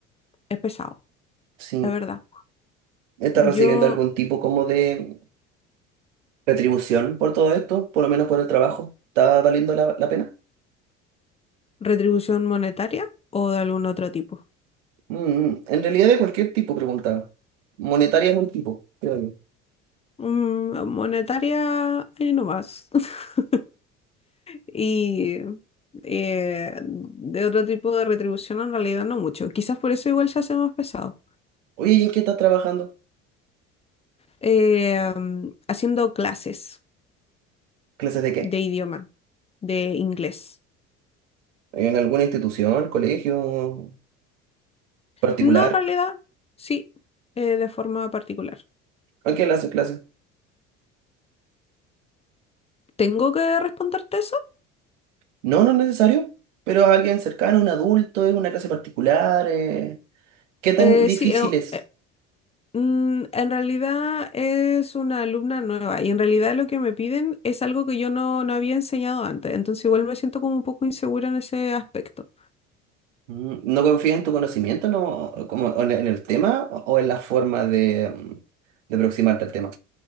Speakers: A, on the left; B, on the right.
A: es pesado,
B: Sí.
A: es verdad.
B: ¿Estás
A: Yo,
B: recibiendo algún tipo como de retribución por todo esto? Por lo menos por el trabajo. ¿Está valiendo la, la pena?
A: retribución monetaria o de algún otro tipo.
B: Mm, mm. en realidad de cualquier tipo, preguntaba. Monetaria es un tipo, creo yo.
A: Mm, monetaria, ahí nomás. <laughs> Y eh, de otro tipo de retribución en realidad no mucho. Quizás por eso igual se hace más pesado.
B: Oye, ¿y en qué estás trabajando?
A: eh, mm, haciendo clases
B: ¿Clases de qué?
A: de idioma, de inglés.
B: ¿En alguna institución, colegio particular?
A: No, en realidad, sí, eh, de forma particular.
B: ¿A quién le hacen clases?
A: ¿Tengo que responderte eso?
B: No, no es necesario, pero a alguien cercano, un adulto, es una clase particular. eh, ¿Qué tan
A: Eh,
B: difícil
A: sí, eh,
B: es?
A: eh, mm, en realidad es una alumna nueva y en realidad lo que me piden es algo que yo no, no había enseñado antes, entonces igual me siento como un poco insegura en ese aspecto.
B: Mm, ¿No confías en tu conocimiento, no, como o en en el tema o o en la forma de, mm, de aproximarte al tema?